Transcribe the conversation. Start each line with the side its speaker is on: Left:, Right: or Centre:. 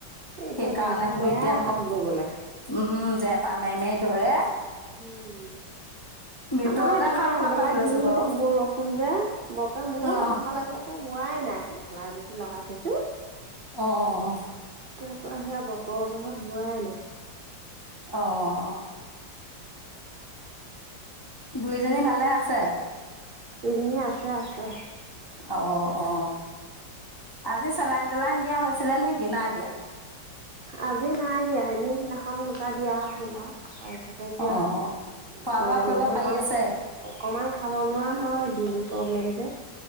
Right: এ এতিয়া
Left: সেইকাৰণে
Right: বাৰিষা
Left: বোলো
Right: বেয়া
Left: এতিয়া মই,
Right: তাত ববলে।
Left: উম জেঠ টান মাৰি মাৰি ধৰে
Right: উম,
Left: ভিতৰতে
Right: আমাৰ এইফালে
Left: শালখন
Right: আগবেলা
Left: পাতি লৈছো
Right: দিনটো
Left: বাৰু
Right: বৰষ ষুণ যে বৰকে মোৰো
Left: ন
Right: তাঁতশাল আজিবৰকে বোৱাই নাই। মেখেলা যিটো লগাই থৈছো
Left: অ'।
Right: তাৰ পৰা সেয়া বতৰ জহত যোৱাই নাই।
Left: অ'। বুঢ়ীজনী ভালে আছে?
Right: এইজনী আছে আছে।
Left: অ', অ', অ'। আজি চেলাইন চেলাইন দিয়া হৈছিলে নেকি নাই দিয়া?
Right: আজি নাই দিয়া, এনে সিদিনাখন দুটা দিয়া হ'ল আৰু। এতে দিয়া,
Left: অ খোৱা
Right: মাজে
Left: বোৱা কৰিব
Right: মাজে
Left: পাৰি
Right: মই অকমান
Left: আছে
Right: অকমান খাব নোৱাৰা হয় ডিঙিত। প্ৰব্লেম যে।